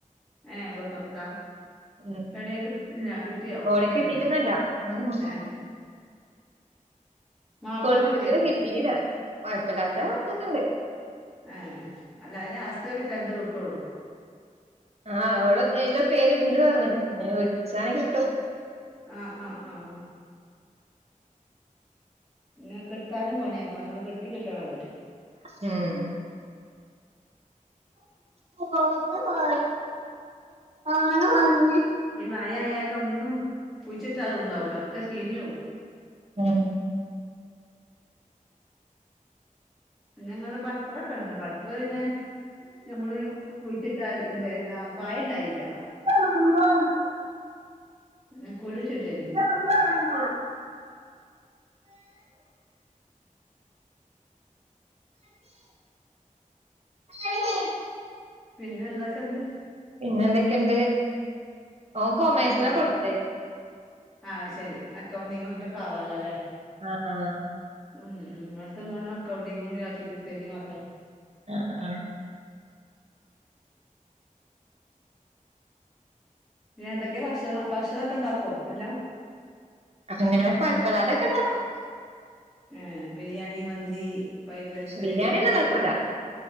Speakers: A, in the centre; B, on the right.
A: ഏ പ്ലസ് വൺക്കാ
B: ഉം
A: എവടേം കിട്ടി ല്ല കിട്ടിയോ
B: ഓന്
A: ഇല്ലലെ
B: കിട്ടീട്ടൊന്നുമില്ല ഉം
A: ഏ മാർക്കൊക്കെ
B: കൊടുത്തക്ക്ണ്
A: ഉണ്ടേക്കും
B: കിട്ടീല്ല കൊഴപ്പില്ലാത്ത മാർക്കൊക്കണ്ട്
A: ആഹ് അല്ല ലാസ്റ്റൊക്കെ ചെൽത് കിട്ടൊള്ളൂ
B: ആഹ് ഇവടെ ഓക്കേല് പേര്ണ്ട് പറഞ്ഞി ഇനി വിളിച്ചാണ് കിട്ടും
A: ആഹ് ആഹ് ആഹ് പിന്നെ കിട്ടാനും പണിയാപ്പൊ നിങ്ങങ്ള് കിട്ടി കിട്ടാനണ്ട്
B: ഉം ഓജയല്ല ആ <unintelligible>
A: ഈ മയ ആയാലൊന്നും കുഴിച്ചിട്ടാലും ഉണ്ടാവൂല ഒക്കെ ചീഞ്ഞു പോവും
B: ഉം
A: പിന്നെ ഇങ്ങെള് ബട്ടറ ഒക്കെണ്ട് ബട്ടർ പിന്നെ ഞമ്മള് കുഴിച്ചിട്ട എന്താ കായുണ്ടായില്ല
B: ആ ആ <unintelligible>
A: പിന്നെ കുഴിച്ചിട്ടേനി
B: <inaudible> ആി ആ <unintelligible>
A: പിന്നെ എന്തൊക്കെണ്ട്?
B: പിന്നെ എന്തൊക്കെയുണ്ട് ഓൻ കൊമേഴ്സിന
A: നല്ലത്
B: കൊടുത്ത
A: ആഹ് ശരി അക്കൗണ്ടിങ്റ്റൊക്കെ
B: ആഹ്
A: ആവാലോല്ലേ
B: ആഹ്
A: ഉം ഉം ഇവടത്തെ മോനും അക്കൗണ്ടിങ്ങും ഗ്രാഫിക് ഡിസൈനിങ്ങും ഒക്കെ
B: ആഹ് ആഹ്
A: പിന്നെ എന്തൊക്കെയെ ഭക്ഷണം ഭക്ഷണൊക്കെ ഉണ്ടാക്കുവോ എല്ലാം
B: അങ്ങനെ കൊയപ്പല്ലാതെക്കെണ്ടാക്കും
A: ഏ ബിരിയാണി മന്തി ഫ്രൈഡ് റൈസ്
B: ബിരിയാണിയൊന്നും ഉണ്ടാക്കൂല